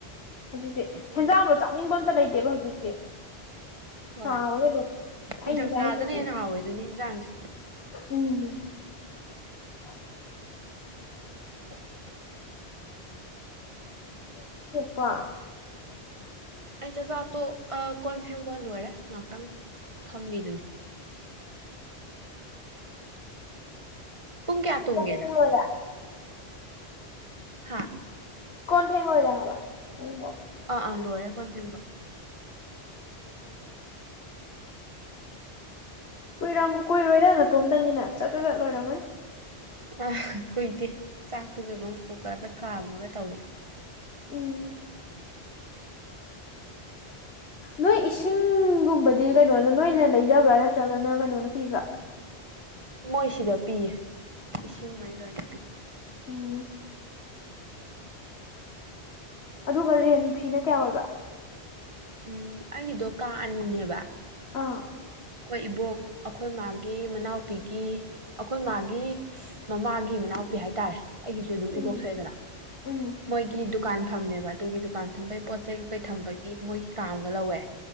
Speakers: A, on the left (about 70°); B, on the right (about 30°).
A: ꯍꯧꯖꯤꯛꯇꯤ
B: ꯎꯝ
A: ꯍꯦꯟꯖꯥꯡꯗꯣ ꯆꯥꯅꯤꯡꯕ ꯇ ꯂꯩꯇꯦꯕ ꯍꯧꯖꯤꯛꯇꯤ
B: ꯍꯣꯏ
A: ꯁꯥꯕꯒꯤꯗꯣ ꯆꯥꯅꯤꯡꯗꯦ
B: ꯅꯤꯡꯊꯝ
A: ꯆꯥꯅꯤꯡꯗꯦꯅ
B: ꯊꯥꯗꯅ ꯍꯦꯟꯅ ꯍꯥꯎꯋꯦ ꯗꯨꯅꯤ ꯌꯦꯟꯁꯥꯡꯁꯦ
A: ꯎꯝ <inaudible> <inaudible> ꯀꯣ
B: ꯑꯩ ꯆꯥꯛꯆꯥꯥꯇꯣꯛ ꯑꯥ ꯀꯣꯟ ꯐꯦꯡꯕ ꯂꯣꯏꯔꯦ ꯉꯍꯥꯛꯇꯪ ꯐꯝꯃꯤꯗꯨꯅꯦ ꯄꯨꯡ ꯀꯌꯥ ꯇꯨꯝꯒꯦꯅꯪ
A: ꯐꯦꯡ ꯂꯣꯏꯔꯦ
B: ꯍꯥ
A: ꯀꯣꯟ ꯐꯦꯡ ꯂꯣꯏꯔꯦ ꯍꯥꯏꯕ ꯑꯝ
B: ꯑꯥ ꯑꯥ ꯂꯣꯏꯔꯦ ꯀꯣꯟ ꯐꯦꯡꯕ
A: ꯀꯨꯏꯔꯝ ꯀꯨꯏꯔꯣꯏꯗ ꯅꯇꯣꯝꯇꯅꯤꯅ ꯆꯠ ꯆ ꯆꯠ ꯂꯣꯏꯔꯝꯃꯅꯤ
B: ꯑ ꯀꯨꯏꯗꯦ ꯆꯥꯛꯇꯨꯖꯨ ꯑꯗꯨꯝ ꯀꯨꯀꯔꯗ ꯈꯥꯝꯃꯒ ꯇꯧꯋꯦ
A: ꯎꯝ ꯅꯣꯏ ꯏꯁꯤꯡꯒꯨꯝꯕꯗꯤ ꯀꯩꯅꯣꯅ ꯅꯣꯏꯅ ꯂꯩꯖꯕ꯭ꯔꯥ ꯅꯠꯇ꯭ꯔꯒꯅ ꯀꯩꯅꯣꯅ ꯄꯤꯕ꯭ꯔꯥ
B: ꯃꯣꯏ ꯁꯤꯗ ꯄꯤꯌꯦ ꯏꯁꯤꯡꯃꯩ ꯂꯣꯏꯅ ꯄꯤ
A: ꯎꯝ ꯑꯗꯨꯒ ꯔꯦꯟ ꯐꯤꯅ ꯀꯌꯥ ꯑꯣꯏꯕ
B: ꯎꯝ ꯑꯩꯒꯤꯗꯣ ꯀꯥ ꯑꯅꯤꯅꯦꯕ
A: ꯑꯥ
B: ꯑꯩꯈꯣꯏ ꯏꯕꯣꯛ ꯑꯩꯈꯣꯏ ꯃꯥꯒꯤ ꯃꯅꯥꯎꯄꯤꯒꯤ ꯑꯩꯈꯣꯏ ꯃꯥꯒꯤ ꯃꯃꯥꯒꯤ ꯃꯅꯥꯎꯄꯤ ꯍꯥꯏꯇꯥꯔꯦ ꯑꯩꯒꯤꯁꯨ ꯑꯗꯨꯝ
A: ꯎꯝ
B: ꯏꯕꯣꯛ ꯊꯣꯛꯑꯦꯗꯅ
A: ꯎꯝ
B: ꯃꯣꯏꯒꯤ ꯗꯨꯀꯥꯟ ꯐꯝꯃꯦꯕ ꯑꯗꯨꯒꯤ ꯗꯨꯀꯥꯟ ꯐꯝꯕꯒꯤ ꯄꯣꯠ ꯆꯩꯩ ꯀꯀꯩ ꯊꯝꯕꯒꯤ ꯃꯣꯏꯒꯤ ꯀꯥ ꯑꯝꯒ ꯂꯧꯋꯦ